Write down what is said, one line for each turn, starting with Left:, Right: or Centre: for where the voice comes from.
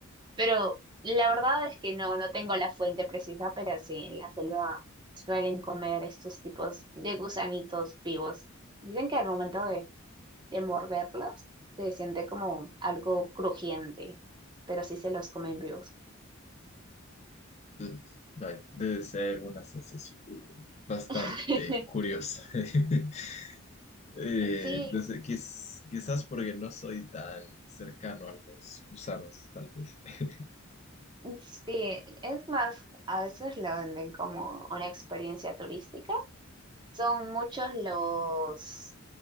Right: Pero la verdad es que no, no tengo la fuente precisa, pero sí, en la selva suelen comer estos tipos de gusanitos vivos. Dicen que al momento de, de morderlos se siente como algo crujiente, pero sí se los comen vivos.
Left: Ugh, vaya, Debe ser una sensación bastante
Right: <laughs>
Left: curiosa. <laughs> Eh,
Right: Sí,
Left: no sé, quiz- quizás porque no soy tan cercano a los gusanos, tal vez. <laughs>
Right: sí, es más, a veces la venden como una experiencia turística. Son muchos los